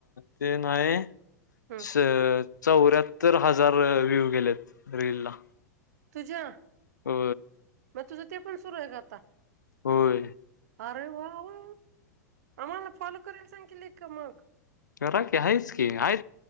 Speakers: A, on the left; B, on the right.
A: ते नाही
B: हम्म
A: अ चौऱ्याहत्तर हजार व्ह्यू गेलेत रेल ला
B: तुझ्या
A: हो
B: मग तुझं ते पण सुरू आहे का आता
A: होय
B: अरे वा वा आम्हाला फॉलो करायला सांगील मग
A: करा क आहेच की आहेय